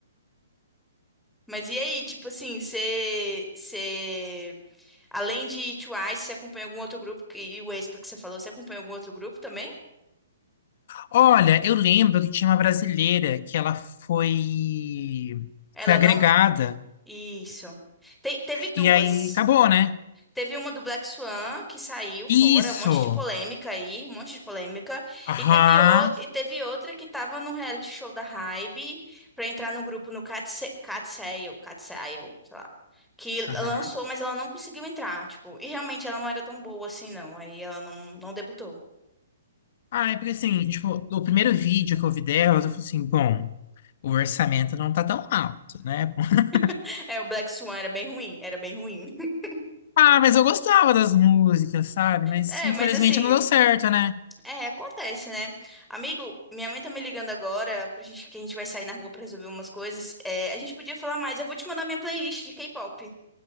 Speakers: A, in the centre; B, on the left.
A: Mas e aí, tipo assim, você, você, além de Twice, você acompanha algum outro grupo? que- E o Aespa que você falou, você acompanha algum outro grupo também?
B: Olha, eu lembro que tinha uma brasileira que ela foi
A: Ela
B: foi agregada
A: não. Isso. Te- teve duas.
B: e aí acabou, né?
A: Teve uma do Black Swan que saiu fora,
B: Isso.
A: um monte de polêmica aí, um monte de polêmica.
B: Aham.
A: E teve, o... e teve outra que tava no reality show da Hybe pra entrar no grupo no Catse- Catsail, Catsail, sei lá. Que lançou,
B: Aham.
A: mas ela não conseguiu entrar, tipo, e realmente ela não era tão boa assim, não. Aí ela não, não debutou.
B: Ah, é porque assim, tipo, o primeiro vídeo que eu vi dela, eu falei assim, bom, o orçamento não tá tão alto, né? <laughs>
A: <laughs> é, o Black Swan era bem ruim, era bem ruim. <laughs>
B: Ah, mas eu gostava das músicas, sabe? Mas
A: É,
B: infelizmente
A: mas assim,
B: não deu certo, né?
A: É, acontece, né? Amigo, minha mãe tá me ligando agora pra gente que a gente vai sair na rua pra resolver umas coisas. É, a gente podia falar mais. Eu vou te mandar minha playlist de K-pop,